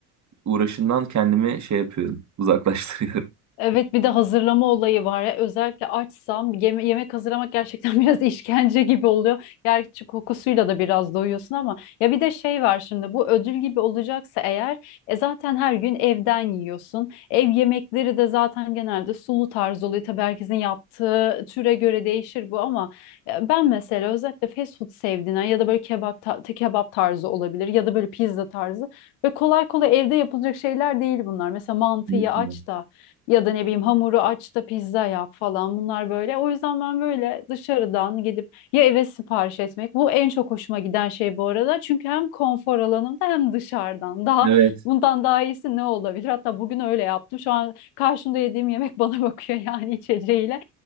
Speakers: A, on the right; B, on the left.
A: uğraşından kendimi şey yapıyorum, uzaklaştırıyorum.
B: Evet bir de hazırlama olayı var ya özellikle açsam yeme- yemek hazırlamak gerçekten <laughs> biraz işkence gibi oluyor. Gerçi kokusuyla da biraz doyuyorsun ama ya bir de şey var şimdi bu ödül gibi olacaksa eğer e zaten her gün evden yiyorsun. Ev yemekleri de zaten genelde sulu tarz oluyor. Tabii herkesin yaptığı türe göre değişir bu ama e, ben mesela özellikle fast food sevdiğinden ya da böyle kebap ta- kebap tarzı olabilir ya da böyle pizza tarzı ve kolay kolay evde yapılacak şeyler değil bunlar. Mesela mantıyı
A: Kesinlikle.
B: aç da ya da ne bileyim hamuru aç da pizza yap falan bunlar böyle. O yüzden ben böyle dışarıdan gidip ya eve sipariş etmek. Bu en çok hoşuma giden şey bu arada. Çünkü hem konfor alanımda hem dışarıdan. Daha
A: Evet.
B: bundan daha iyisi ne olabilir? Hatta bugün öyle yaptım. Şu an karşımda yediğim yemek <laughs> bana bakıyor yani içeceğiyle.